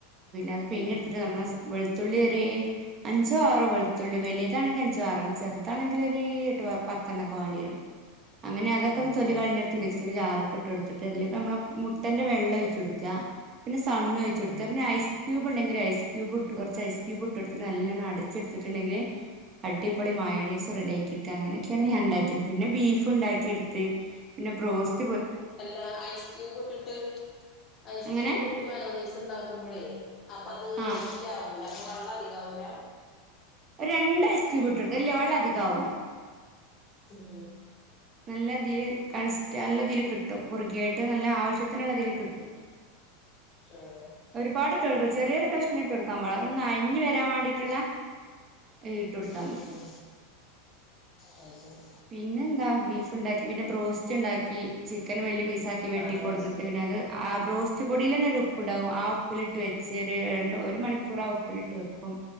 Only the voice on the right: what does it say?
അത് പിഴിഞ്ഞെടുത്തിട്ട്
വെളുത്തുള്ളി <unintelligible> അഞ്ചോ ആറോ വെളുത്തുള്ളി വലിയതാണെങ്കിൽ അഞ്ചോ ആറണ്ണ ചെറുതാണെങ്കിൽ ഒരു എട്ട് പത്തെണ്ണ ഒക്ക വേണ്ടി വരും അങ്ങനെ അതൊക്കെ
ഒന്ന് തൊലി
കളിഞ്ഞെടുത്ത് മിക്സി ജാറും ഇട്ട് കൊടുത്തിട്ട് അതിലൊക്കെ നമ്മ മുട്ടന്റെ വെള്ളം ഒഴിച്ച കൊടുക്കുക പിന്നെ സണ് ഒഴിച്ചു കൊടുക്കുക
പിന്നെ ഐസ്ക്യൂബ് ഇ ഉണ്ടെങ്കിൽ ഐസ് ക്യൂബ് കുറച്ച് ഐസ് ക്യൂബ് ഇട്ട്ടു നല്ലണം അടച്ചെടുത്തിട്ടുണ്ടെങ്കില് അട്ടടിപ്പൊളി മായോണേസം റെഡിയ ആാക്കിയിട്ട് അങ്ങനെയൊക്കെയാണ് ഞാൻ ഉണ്ടാക്കിയത് പിന്നെ ബീഫ് ഉണ്ടാക്കിയെടുത്ത് പിന്നെ പ്രോസ്റ്റ്
അങ്ങനെ
ആ
ഒരു രണ്ടയസ് ക്യൂബിട്ട എടുത്ത അല്ലേ വെള്ളം അധിക ആവൂല
നല്ല ഇതിൽ കണി നല്ലതില് കിട്ടും കുറുകിയായിട്ട് നല്ല ആവശ്യത്തിനുള്ള ഇതിൽ കിട്ടും
ഒരുപാട് ചെറുത് ചെറിയ ഒരു കഷ്ണം ഇട്ടു കൊടുക്കാൻ ഇട്ട് കൊടുക്കാൻ പാടുള്ളൂ അതൊന്നും അഴഞ്ഞു വരാൻ വേണ്ടിട്ടുള്ള ഇട്ടുകൊടുത്താ
മതി
പിന്നെ എന്താ ബീഫ് ഉണ്ടാക്കി പിന്നെ ബ്രോസ്റ്റ് ഉണ്ടാക്കി ചിക്കൻ വലിയ പീസ് തട്ടി വെട്ടി
കുടഞ്ഞിട്ട്പിന്നെത്ആ ബോ കുച്ചുപ്പൊടിൽ തന്നെ ഒരു ഉപ്പ് ഇടാവും ആ ഉപ്പിലിട്ട് വെച്ച് ഒരു ര ഒരു മണിക്കൂർ ആ ഉപ്പിലിട്ട് വെക്കും